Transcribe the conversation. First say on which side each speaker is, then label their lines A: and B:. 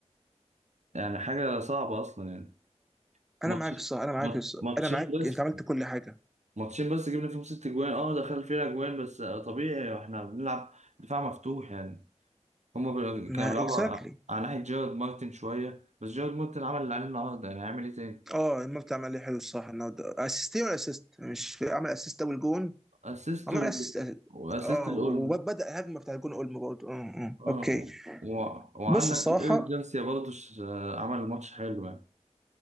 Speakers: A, on the right; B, in the centre.
A: يعني حاجة صعبة اصلا يعني
B: انا
A: ماتش
B: معاك الصح انا معاك
A: مات-
B: الصح
A: ماتشين
B: انا معاك
A: بس
B: انت عملت كل حاجه
A: ماتشين بس جبنا فيهم ست جوان اه دخل فيها جوان بس آه، طبيعي احنا بنلعب دفاع مفتوح يعني هما بي-
B: ما
A: كانوا بيلعبوا
B: اكزاكتلي
A: على على ناحية جيرارد مارتن شوية بس جيرارد مارتن عمل اللي عليه النهاردة يعني هيعمل ايه تاني؟
B: اه المرتب عمل لي حلو الصح النهارده اسيستين ولا اسيست مش عمل اسيست اول جون
A: واسيست
B: عمل
A: و...
B: اسيست
A: واسيست
B: اه
A: الأولمو
B: وبدا الهجمه بتاع الجون اولمو برضه اه اه
A: اه
B: اوكي
A: و... وعندك
B: بص الصراحه
A: ايريك جارسيا برضه ش- آه، عمل ماتش حلو يعني